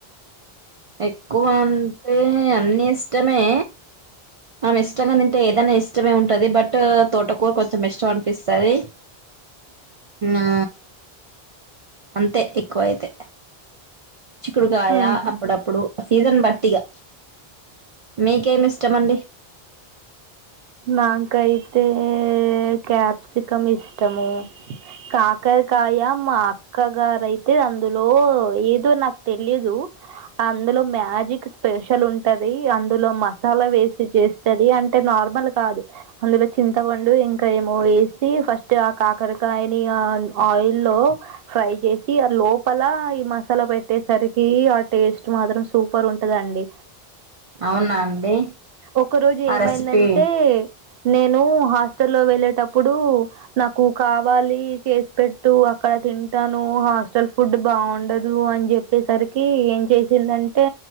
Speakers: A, on the right; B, on the right.
A: ఎక్కువ అంటే అన్ని ఇష్టమే. మనం ఇష్టంగా తింటే ఏదైనా ఇష్టమే ఉంటది బట్ తోట కూర కొంచెం ఇష్టం ఇస్తది. ఆ అంతే ఎక్కువ అయితే చిక్కుడుకాయ
B: ఆహా
A: అప్పుడప్పుడు సీజన్ బట్టిగా మీకేమీ ఇష్టం అండి.
B: నాకు అయితే క్యాప్సికం ఇష్టము. కాకరకాయ మా అక్క గారయితే అందులో ఏదో నాకు తెలియదు. అందులో మ్యాజిక్ స్పెష ల్ ఉంటది. అందులో మసాలా వేసి చేస్తది అంటే నార్మల్ కాదు అందులో చింతపండు ఇంకా ఏమో ఎసి ఫస్ట్ ఆ కాకరకాయని ఇక పాన్ లో ప్రై చేసి దాని లోపల. మసాలా పెట్టేసరికి ఆ టేస్ట్ మాత్రం సూపర్ ఉంటదండి.
A: అవునా అండి
B: ఒక రోజు
A: ఆ
B: ఏమైందంటే
A: రెసిపీ
B: నేను హాస్టల్ల్లో వెళ్ళేటప్పుడు నాకు కావాలి చేసి పే టు అక్కడ తింటాను హాస్టల్ ఫుడ్ బాగుండదు అని చెప్పేసరికి ఏం చేసింద అంటే